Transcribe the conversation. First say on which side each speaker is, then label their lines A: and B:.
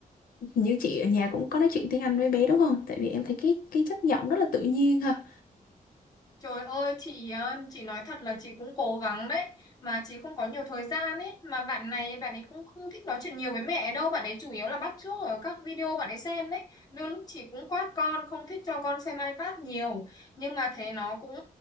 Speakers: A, on the left; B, on the left.
A: như chị ở nhà cũng có nói chuyện tiếng Anh với bé đúng không tại vì em thấy cái cái chất giọng rất là tự nhiên ha
B: Trời ơi chị ờ, chị nói thật là chị cũng cố gắng đấy mà chị không có nhiều thời gian ấy mà bạn này bạn ấy cũng không thích nói chuyện nhiều với mẹ đâu bạn ấy chủ yếu là bắt chước ở các video bạn ấy xem đấy đôi lúc chị cũng quát con không thích cho con xem iPad nhiều nhưng mà thấy nó cũng